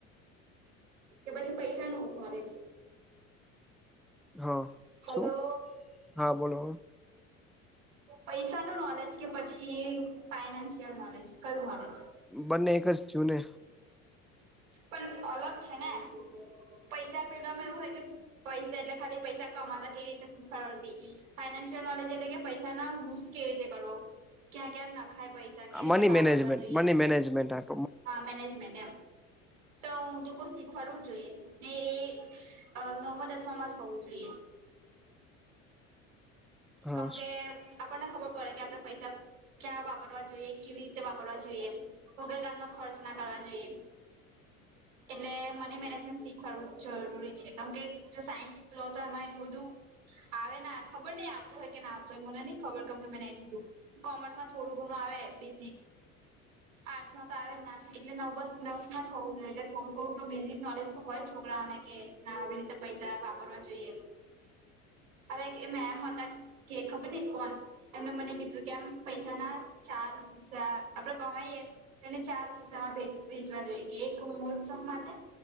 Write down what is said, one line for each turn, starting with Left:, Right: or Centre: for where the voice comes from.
Right: કે પછી પૈસા નો નોલેજ?
Centre: હા.
Right: હલો.
Centre: શું હા બોલો
Right: પૈસા નું નોલેજ કે, પછી ફાઈનાન્શિયલ નોલેજ કયું નોલેજ?
Centre: બંને એક જ થયું ને.
Right: પણ અલગ છે ને, પૈસા પેલામાં એવું હોય કે પૈસા એટલે, ખાલી પૈસા કમાતા કેવી રીતે શીખવડાવતી? ફાઈનાન્શિયલ નોલેજ એટલે કે પૈસા ના યુઝ કેવી રીતે કરવો? ક્યાં? ક્યાં? નખાય પૈસા કેવી રીતે
Centre: મની
Right: વાપરવા
Centre: મેનેજમેન્ટ,
Right: જોઈએ
Centre: મની મેનેજમેન્ટ, હા.
Right: મેનેજમેન્ટ, એમ તો. ડવું જોઈએ, ને એ નવમાં-દશમામાં જ હોવું જોઈએ.
Centre: હા
Right: કેમ કે, આપણને ખબર પડે કે, આપણે પૈસા. ક્યાં વાપરવા જોઈએ? કેવી રીતે વાપરવા જોઈએ? વગર કામના ખર્ચ ના કરવા જોઈએ. એટલે મની મેનેજમેન્ટ શીખવાડવું જરૂરી છે, કેમ કે જો સાયન્સ લો, તો એમાં એટલું બધું. આવે ના, ખબર નઈ આવતું હોય કે, ના આવતું હોય, મને નહી ખબર, કેમ કે મેં નહી લીધું. કોમર્સ માં થોડું ઘણું આવે બેઝિક આર્ટસમાં તો આવે જ ના, એટલે નવ-દસ જ હોવા જોઈએ, એટલે થું થોડું તો બેઝિક નોલેજ તો હોય જ છોકરાઓને કે ના, આવી રીતે પૈસા વાપરવા જોઈએ, અરે એ એક મેમ હતા કે ખબર ની કોણ એમને મને કીધું કે, આમ પૈસા ના ચાર્જ અહ આપડે કમાઈ એ તેને ચાર હસ્સા ભેજવા જોઈએ કે, એક મહોત્સવમાં માટે